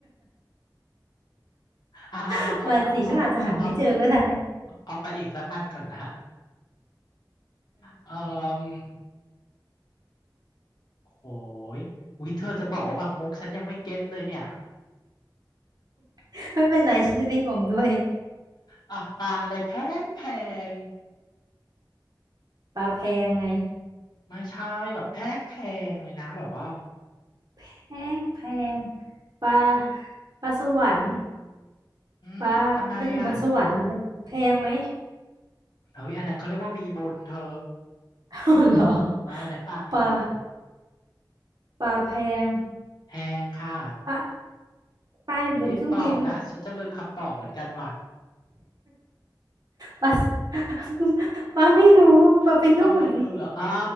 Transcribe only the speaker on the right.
<laughs> มาสิฉันอาจจะหาไม่เจอก็ได้
<laughs> ไม่เป็นไรฉันจะได้งงด้วย
ปลาแพงไง
แพงแพงปลาปลาสวรรค์
ปลามันอยู่บนสวรรค์อ่ะมันแพงไหม
<laughs> เอาเหรอ
ปลาปลาแพง
ปลาปลาอยู่บนเครื่องบิน
ปลา <laughs> ปลาไม่รู้ปลาไปนู่น